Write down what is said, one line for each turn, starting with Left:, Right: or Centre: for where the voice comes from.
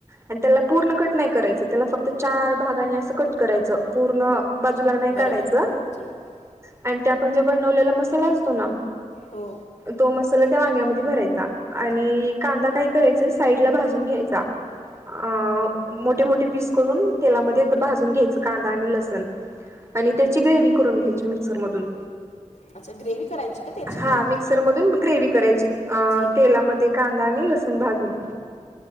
Right: आणि त्याला पूर्ण कट नाही करायचं त्याला फक्त चार भागाने असं कट करायचं पूर्ण बाजूला नाही
Left: बरोबर
Right: काढायचं
Left: आहे ठीक
Right: आणि ते आपण जे बनवलेला मसाला असतो ना
Left: हो.
Right: तो मसाला त्या वांग्यामध्ये भरायचा आणि कांदा काय करायचं साईड ला भाजून घ्यायचा. अ मोठे मोठे पीस करून तेलामध्ये भाजून घ्यायचं कांदा आणि लसण आणि त्याची ग्रेव्ही करून घ्यायची मिक्सर मधून.
Left: अच्छा ग्रेव्ही करायची का त्याची
Right: हा
Left: पण
Right: मिक्सर मधून ग्रेवी करायची. अ
Left: ठीक
Right: तेलामध्ये
Left: आहे
Right: कांदा आणि लसुन भाजून.